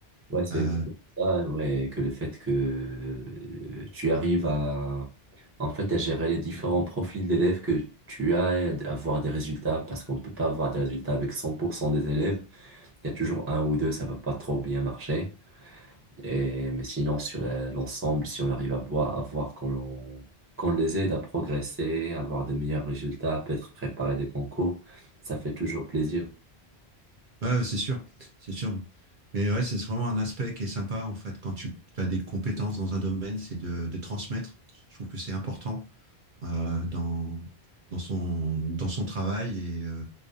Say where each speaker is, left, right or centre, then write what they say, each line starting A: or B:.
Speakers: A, on the right (about 15°); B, on the right (about 55°).
A: Ouais, c'est
B: Euh,
A: exactement ça, ouais, que le fait que euh, tu arrives à, en fait, à gérer les différents profils d'élèves que tu as et à avoir des résultats, parce qu'on ne peut pas avoir des résultats avec 100% des élèves. Il y a toujours un ou deux, ça va pas trop bien marcher. Et, mais sinon, sur la- l'ensemble, si on arrive à voir, à voir qu'on qu'on les aide à progresser, à avoir de meilleurs résultats, à peut-être préparer des concours, ça fait toujours plaisir.
B: Ouais, ouais, c'est sûr, c'est sûr. Mais ouais, c'est vraiment un aspect qui est sympa, en fait, quand tu as des compétences dans un domaine, c'est de, de transmettre. Je trouve que c'est important euh, dans, dans son, dans son travail. Et, euh,